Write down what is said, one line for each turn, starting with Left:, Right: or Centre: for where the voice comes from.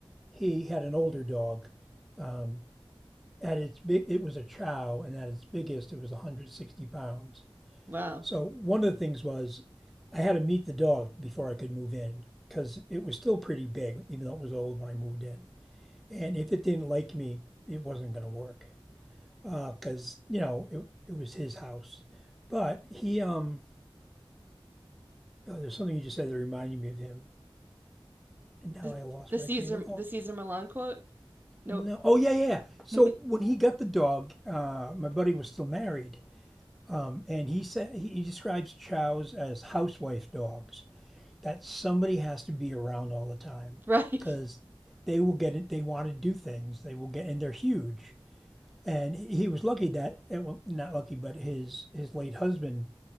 Centre: he had an older dog. Um, at its big, it was a chow, and at its biggest, it was 160 pounds.
Right: <laughs> wow.
Centre: So one of the things was I had to meet the dog before I could move in because it was still pretty big, even though it was old when I moved in. And if it didn't like me, it wasn't going to work because uh, you know it, it was his house. But he, um, oh, there's something you just said that reminded me of him, and now
Right: The,
Centre: I lost
Right: the Caesar
Centre: my train of thought.
Right: the Caesar Milan quote? Nope.
Centre: No, oh yeah, yeah. yeah. So
Right: <laughs>
Centre: when he got the dog, uh, my buddy was still married, um, and he said he, he describes chows as housewife dogs that somebody has to be around all the time
Right: right.
Centre: because they will get it. They want to do things. They will get, and they're huge. And he was lucky that, eh, well, not lucky, but his his late husband.